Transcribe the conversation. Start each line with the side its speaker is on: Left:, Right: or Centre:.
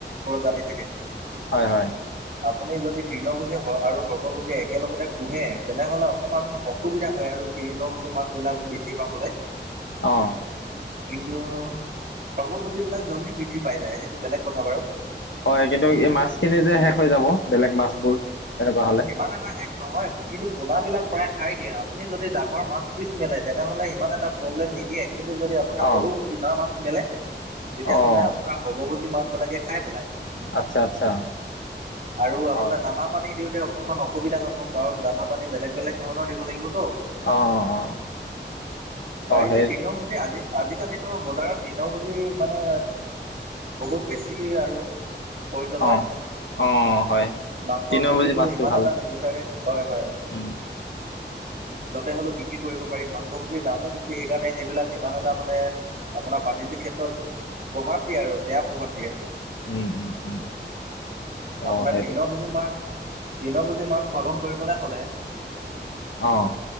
Right: প্ৰজাতি থাকে।
Left: হয় হয়।
Right: আপুনি যদি তৃণভোজী হয় আৰু সৰ্বভোজী একেলগতে পোহে তেনেহ'লে অকণমান অসুবিধা হয় আৰু তৃণভোজী মাছবিলাক বৃদ্ধি পাবলৈ।
Left: অহ
Right: কিন্তু সৰ্বভোজী বিলাক জলদি বৃদ্ধি পাই যায় সেইটো বেলেগ কথা বাৰু
Left: হয় কিন্তু এই মাছখিনি যে শেষ হৈ যাব বেলেগ মাছবোৰ তেনেকুৱা হ'লে
Right: ইমান এটা শেষ নহয় কিন্তু পোনাবিলাক প্ৰায় খাই দিয়ে। আপুনি যদি ডাঙৰ মাছ পিছ মেলে তেনেহলে সিমান এটা প্ৰব্লেম নিদিয়ে। কিন্তু যদি আপুনি
Left: অঁ
Right: সৰু পোনা মাছ মেলে তেতিয়াাহ'লে
Left: অঁ
Right: আপোনাৰ সৰ্বভোজী মাছ বিলাকে খাই পেলাই
Left: আচ্ছা আচ্ছা
Right: আৰু আপোনাৰ
Left: হয়
Right: দানা পানী দিওতে অকণমান অসুবিধা হব কাৰণ দানা পানী বেলেগ বেলেগ ধৰণৰ দিব লাগিবতো
Left: অঁ অঁ অঁ
Right: পাৰিলে
Left: অঁ সেই
Right: তৃণভোজী আজি আজিকালি বজাৰত তৃণভোজী মানে বহুত বেছি আৰু প্ৰয়োজন হয়
Left: অঁ অঁ হয়
Right: মাংস
Left: তিনিনম্বৰ
Right: ভোজীত
Left: পুজি মাছটো
Right: ইমান
Left: ভাল
Right: এটা নিবিচাৰে হয় হয়
Left: উম, <inaudible>
Right: য'তে হ'লেও বিক্ৰী কৰিব পাৰি মাংসভোজীৰ দামো বেছি সেইকাৰণে সেইবিলাক সিমান এটা মানে আপোনাৰ বাণি ক্ষেত্ৰত প্ৰভাৱ দিয়ে আৰু বেয়া প্ৰভাৱ দিয়ে।
Left: উম, উম, উম। অঁ
Right: আপোনাৰ
Left: সেইটো
Right: তৃণভোজী মাত তৃণভোজী মাছ পালন কৰিবলৈ হলে-
Left: অ